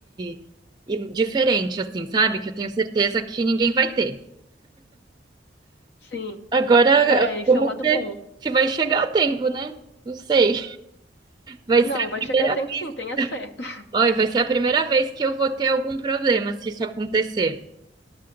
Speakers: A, on the right; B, on the left.
A: e, e diferente, assim, sabe? Que eu tenho certeza que ninguém vai ter.
B: Sim,
A: Agora,
B: é, esse
A: vamos
B: é o lado
A: ver
B: bom.
A: se vai chegar a tempo, né? Não sei. Vai ser
B: Não,
A: a
B: vai
A: primeira
B: chegar a tempo
A: vez.
B: sim, tenha fé. <laughs>
A: Olha, vai ser a primeira vez que eu vou ter algum problema se isso acontecer.